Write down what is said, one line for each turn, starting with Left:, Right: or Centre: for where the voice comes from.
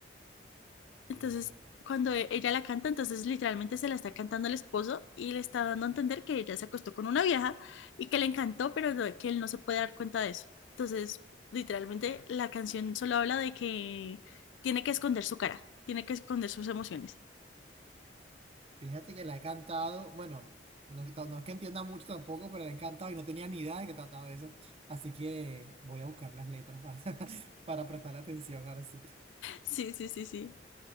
Left: Entonces,
Right: La-
Left: cuando e- ella la canta, entonces literalmente se la está cantando el esposo y le está dando a entender que ella se acostó con una vieja y que le encantó, pero no- que él no se puede dar cuenta de eso. Entonces, literalmente la canción solo habla de que tiene que esconder su cara, tiene que esconder sus emociones.
Right: Fíjate que la he cantado, bueno, no, ta- no es que entienda mucho tampoco, pero la he cantado y no tenía ni idea de que trataba de eso. Así que voy a buscar las letras para, <laughs> para prestarle atención ahora sí.
Left: Sí, sí, sí, sí.